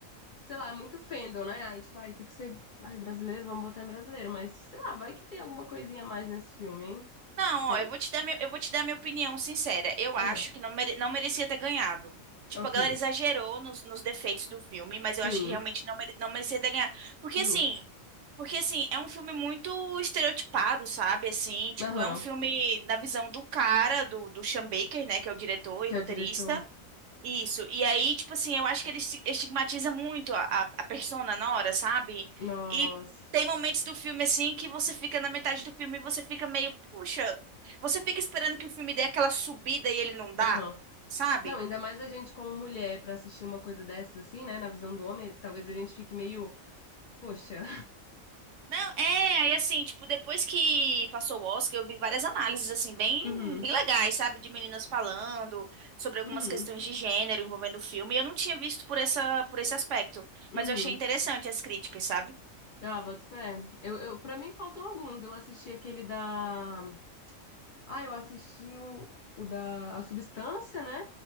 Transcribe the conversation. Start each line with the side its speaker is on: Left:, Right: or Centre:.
Left: sei lá, muito fandom, né? Ai, tipo, ai, tem que ser, ai, brasileiro, vamos botar em brasileiro, mas, sei lá, vai que tem alguma coisinha a mais nesse filme, hein?
Right: não,
Left: Tem?
Right: ó, eu vou te dar meu, eu vou te dar minha opinião sincera. Eu
Left: Aham.
Right: acho que não, mere- não merecia ter ganhado. Tipo,
Left: Ok.
Right: a galera exagerou nos, nos defeitos do filme, mas
Left: Sim,
Right: eu acho que realmente não, mere- não merecia ter ganhado. Porque
Left: justo.
Right: assim. Porque, assim, é um filme muito estereotipado, sabe? Assim, tipo,
Left: Aham.
Right: é um filme da visão do cara, do, do Sean Baker, né? Que é o diretor
Left: Que
Right: e roteirista.
Left: é o diretor.
Right: Isso. E aí, tipo assim, eu acho que ele esti- estigmatiza muito a, a a persona na hora, sabe?
Left: Nossa.
Right: E tem momentos do filme, assim, que você fica na metade do filme e você fica meio, puxa, você fica esperando que o filme dê aquela subida e ele não dá,
Left: Aham.
Right: sabe?
Left: Não, ainda mais a gente como mulher pra assistir uma coisa dessas assim, né, na visão do homem, talvez a gente fique meio, poxa.
Right: Não, é, aí assim, tipo, depois que passou o Oscar, eu vi várias análises, assim, bem,
Left: Uhum.
Right: bem legais, sabe? De meninas falando sobre algumas
Left: Uhum.
Right: questões de gênero envolvendo o filme. E eu não tinha visto por essa, por esse aspecto,
Left: Uhum.
Right: mas eu achei interessante as críticas, sabe?
Left: Ah, boto fé. Eu, eu, para mim faltam alguns. Eu assisti aquele da Ah, eu assisti o, o da A Substância, né?